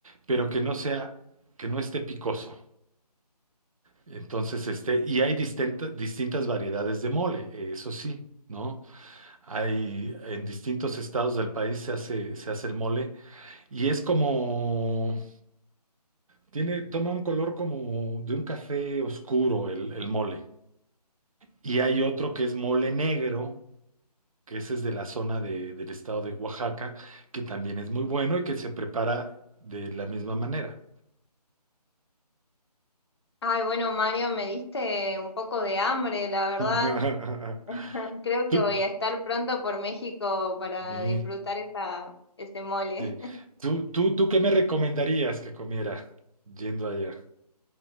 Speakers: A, on the right; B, on the left.
A: pero que no sea, que no esté picoso. Entonces, este, y hay distinta- distintas variedades de mole, eh, eso sí, ¿no? Hay, en distintos estados del país se hace, se hace el mole y es como, tiene, toma un color como de un café oscuro el, el mole. Y hay otro que es mole negro, que ese es de la zona de- del estado de Oaxaca, que también es muy bueno y que se prepara de la misma manera.
B: Ay, bueno, Mario, me diste un poco de hambre, la verdad.
A: <laughs>
B: <laughs> Creo que
A: Tú,
B: voy a estar pronto por México para
A: Ujú,
B: disfrutar esa, ese mole.
A: sí.
B: <laughs>
A: ¿Tú, tú, tú qué me recomendarías que comiera yendo allá?